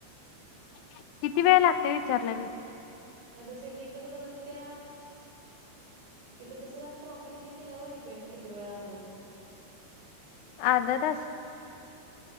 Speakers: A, on the left; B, on the right.
A: ह <inaudible> किती वेळ लागते, विचारलं मी?
B: नाही तर सेटिंगच बदलत्या, तिथं जस प्रॉब्लेम येईल, त्याच्यावर डिपेंड किती वेळ लागल.
A: अर्धा तास?